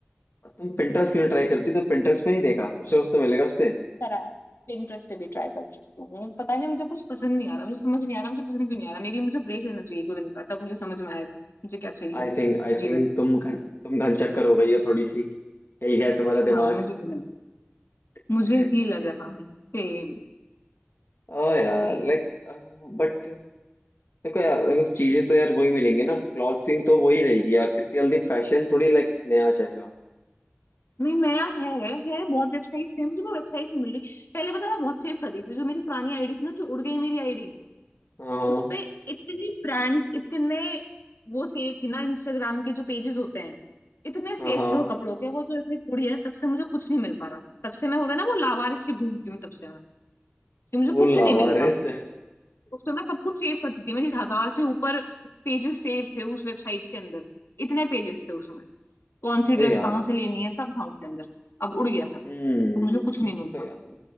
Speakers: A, on the left; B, on the left.
A: तुम पिंटरेस्ट क्यों ट्राई करती तो पिंटरेस्ट पे नहीं देखा कुछ ना कुछ तो मिलेगा उस पे
B: करा है Pinterest पे भी ट्राई कर चुकी हूँ पता नहीं मुझे कुछ पसंद नहीं आ रहा मुझे समझ नहीं आ रहा मुझे पसंद क्यों नहीं आ रहा मेरी मुझे ब्रेक लेना चाहिए दो दिन का तब मुझे समझ में आएगा मुझे क्या चाहिए
A: आई थिंक आई
B: जीवन
A: थिंक
B: में
A: तुम घन तुम घन चक्कर हो गई हो थोड़ी सी हिल गया है तुम्हारा
B: हाँ
A: दिमाग
B: मुझे भी लग मुझे
A: <laughs>
B: भी लग रहा है सेम
A: ओ यार
B: सेम
A: लाइक बट देखो यार देखो चीजें तो यार वही मिलेंगी ना क्लॉथिंग तो वही रहेगी यार इतनी जल्दी फैशन थोड़ी लाइक नया आ जाएगा
B: नहीं नया है है बहुत वेबसाइट्स है मुझे वो वेबसाइट नहीं मिल रही पहले पता है मैं बहुत सेव कर देती थी जो मेरी पुरानी आईडी थी ना जो उड़ गई मेरी आईडी
A: हाँ हाँ
B: उसपे इतनी ब्रांड्स इतने वो सेफ थी ना इंस्टाग्राम के जो पेजेस होते हैं इतने सेफ
A: हाँ हाँ
B: थे वो कपड़ों के वो जो इसने छोड़ी है ना, तब से मुझे कुछ नहीं मिल पा रहा तब से मैं होता है ना वो लावारिस सी घूमती हूँ तब से मैं कि मुझे
A: वो
B: कुछ
A: लावारिस
B: नहीं मिल रहा
A: <laughs>
B: उस तो मैं सब कुछ सेव करती थी मेरी हजार से ऊपर पेजेस सेव थे उस वेबसाइट के अंदर इतने पेजेस थे उसमें कौन
A: अबे
B: सी ड्रेस
A: यार
B: कहाँ से लेनी है सब था उसके अंदर अब उड़ गया सब
A: हम्म
B: तो मुझे कुछ नहीं मिल रहा
A: तो यार